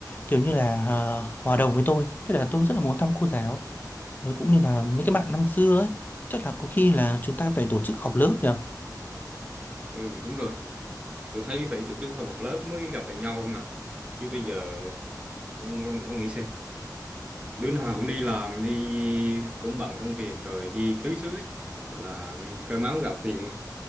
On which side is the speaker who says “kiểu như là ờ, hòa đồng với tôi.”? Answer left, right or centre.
Left